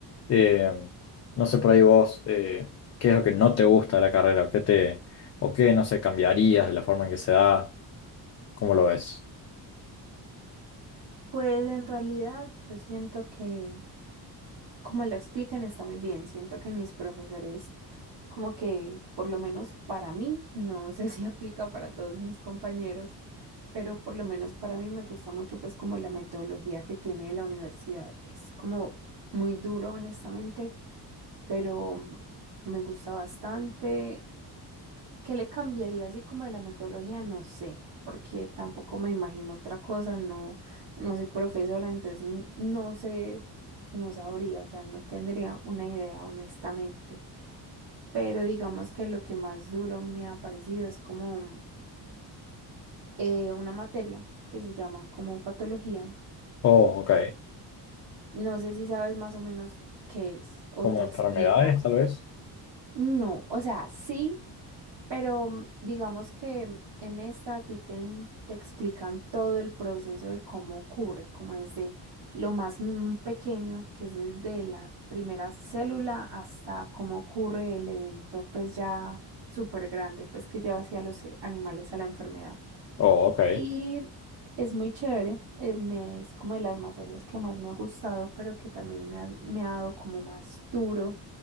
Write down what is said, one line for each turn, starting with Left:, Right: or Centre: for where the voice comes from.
Left: Em, no sé por ahí vos, eh, ¿qué es lo que no te gusta de la carrera? ¿O qué te, o qué, no sé, cambiarías de la forma en que se da? ¿Cómo lo ves?
Right: Pues en realidad yo siento que como la explican está muy bien, siento que mis profesores como que por lo menos para mí, no sé <laughs> si aplica para todos mis compañeros, pero por lo menos para mí me gusta mucho pues como la metodología que tiene la universidad. Es como muy duro honestamente, pero mm, me gusta bastante. ¿Qué le cambiaría así como de la metodología? No sé, porque tampoco me imagino otra cosa, no, no soy profesora, entonces n- no sé, no sabría, o sea, no tendría una idea honestamente. Pero digamos que lo que más duro me ha parecido es como mm, eh, una materia que se llama como patología
Left: Oh, ok.
Right: No sé si sabes más o menos qué es o
Left: Como
Right: te explico.
Left: enfermedades, tal vez.
Right: No, o sea, sí, pero mm, digamos que en esta a ti te, en- te explican todo el proceso de cómo ocurre, como desde lo más mm, pequeño, que es desde la primera célula hasta cómo ocurre el evento, pues ya súper grande, pues que lleva hacia los eh, animales a la enfermedad.
Left: Oh, ok,
Right: Y es muy chévere, eh, me- es como de las materias que más me ha gustado, pero que también me ha, me ha dado como más duro,